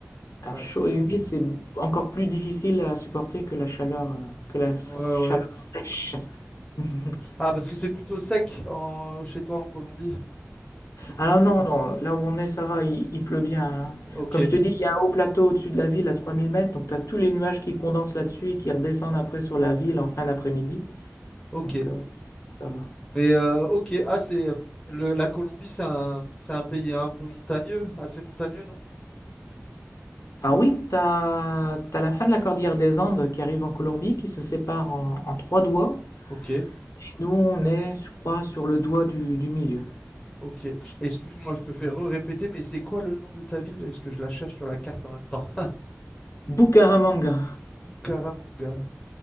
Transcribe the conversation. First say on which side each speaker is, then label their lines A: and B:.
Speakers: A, on the left (about 15°); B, on the left (about 75°).
A: ouais.
B: Alors chaud
A: c'est-
B: et humide, c'est encore plus difficile à supporter que la chaleur, heu, que la
A: Ouais,
B: chaleur
A: ouais.
B: sèche. <laughs>
A: Ah, parce que c'est plutôt sec en... chez toi en Colombie. C'est plus
B: Alors
A: sec.
B: non, non, là où on est, ça va, il, il pleut bien. hein.
A: Ok,
B: Comme je te dis, il y a un haut plateau au-dessus de la ville à 3000 mètres, donc tu as tous les nuages qui condensent là-dessus et qui redescendent après sur la ville en fin d'après-midi.
A: ok.
B: Donc euh, ça va.
A: Mais euh, ok, ah c'est euh, le- la Colombie, c'est un, c'est un pays un peu montagneux, assez montagneux, non?
B: Ah oui, tu as, la fin de la cordillère des Andes qui arrive en Colombie, qui se sépare en, en trois doigts.
A: Ok.
B: Et nous, on est, je crois, sur le doigt du, du milieu.
A: Ok. Excuse-moi, je te fais re-répéter, mais c'est quoi le nom de ta ville? Parce que je la cherche sur la carte en même temps.
B: Bucaramanga.
A: <laughs> Bucaramanga.